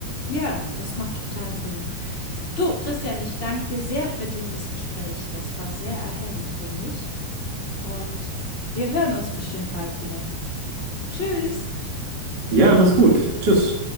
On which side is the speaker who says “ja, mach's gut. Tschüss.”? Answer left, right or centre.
Right